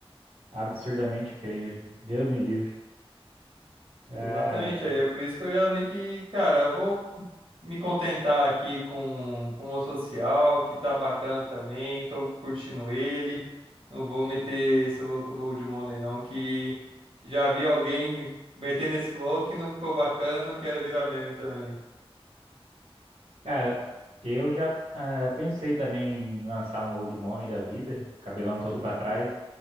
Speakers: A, on the right (about 85°); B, on the right (about 60°).
A: absurdamente feio. Deus me livre. Ah,
B: Exatamente, aí é por isso que eu já meio que, cara, eu vou me contentar aqui com, com o meu social, que tá bacana também, tô curtindo ele. Não vou meter esse louco do Old Money não, que já vi alguém metendo esse louco e não ficou bacana, não quero virar meme também.
A: Cara, eu já ah, pensei também em lançar um old money da vida, cabelão todo pra trás.